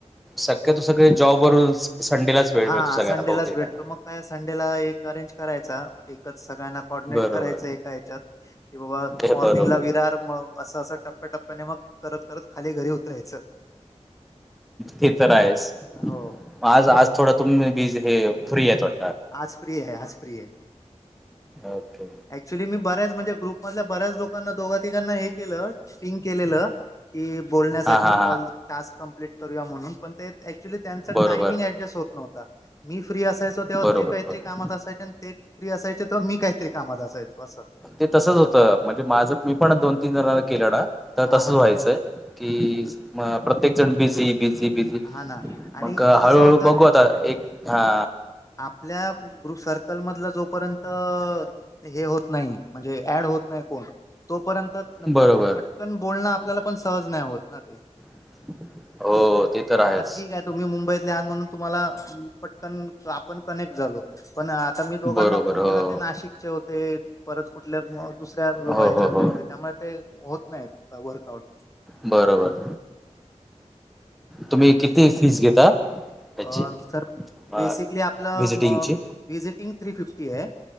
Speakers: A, in the centre; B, on the left.
A: शक्यतो सगळे जॉब करून संडेलाच वेळ
B: हा
A: मिळतो सगळ्यांना
B: संडेलाच
A: बहुतेकांना
B: भेटतो मग काय संडेला एक अरेंज करायचा एकच सगळ्यांना कॉर्डिनेट
A: बरोबर
B: करायचं एका ह्याच्यात की बाबा
A: हे
B: मॉर्निंगला
A: बरोबर
B: वेळ तर मग अस अस टप्प्याटप्प्याने मग करत करत खाली घरी उतरायचं
A: ते तर आहेच
B: हो
A: आज आज थोडं तुम् बीज हे फ्री आहेत वा
B: आज फ्री ये आज फ्री ये.
A: ओके.
B: ऍक्च्युली मी बऱ्याच म्हणजे ग्रुपमधल्या बऱ्याच लोकांना दोघा तिघांना हे केलं. स्विंग केलेलं. की बोलण्यासाठी
A: हा हा हा
B: कॉल टास्क कम्प्लीट करूया म्हणून पण ते ऍक्च्युली त्यांचा
A: बरोबर
B: टाइमिंग ऍडजस्ट होत न्हवता मी फ्री असायचो तेव्हा
A: बरोबर
B: ते काहीतरी
A: बरोबर.
B: कामात असायचे आणि ते फ्री असायचे तेव्हा मी काहीतरी कामात असायचो असं
A: ते तसच होतं म्हणजे माझं मी पण दोन तीन जणांना केलं ना तर
B: हा
A: तसच
B: हा
A: व्हायचंय की म प्रत्येक जण बिझी बिझी बिझी
B: हा ना आणि
A: मग
B: कसं
A: हळूहळू
B: होतं
A: बघू आता एक हा
B: आपल्या ग्रुप सर्कल मधल जो पर्यंत हे होत नाही म्हणजे ऍड होत नाही कोण तोपर्यंत
A: बरोबर
B: प पटकन बोलणं आपल्याला पण सहज नायं होत ना ते.
A: <inaudible> ते तर आहेच.
B: आता ठीक ये तुम्ही मुंबईतले आहात म्हणून तुम्हाला पटकन आप पण कनेक्ट झालो पण आता मी दोघांना
A: बरोबर
B: फोन
A: हो
B: केला ते नाशिकचे होते परत कुठल्या दुस दुसऱ्या
A: हो
B: हयाच्यातले
A: हो हो
B: होते. त्यामुळे ते होत नायं वर्कआउट
A: बरोबर तुम्ही किती फीज् घेता? त्याची
B: अ सर
A: अ,
B: बेसिकली आपलं
A: व्हिजिटिंगची?
B: वीजिटिंग थ्री फिफ्टी टी ये